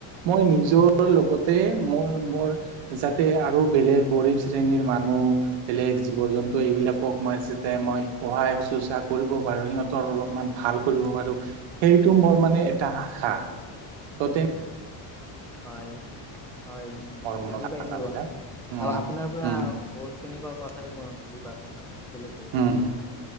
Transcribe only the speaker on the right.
মই নিজৰ লগতে মই মোৰ যাতে আৰু বেলেগ গৰীব শ্ৰেণীৰ মানুহ বেলেগ জীৱ-জন্তু এইবিলাকক মই যাতে মই সহায়-শুশ্ৰূষা কৰিব পাৰোঁ, সিহঁতৰ অকণমান ভাল কৰিব পাৰোঁ, সেইটো মোৰ মানে এটা আশা, ত' তে
মোৰ মনৰ
ধাৰণাবিলাক
উম
উম
উম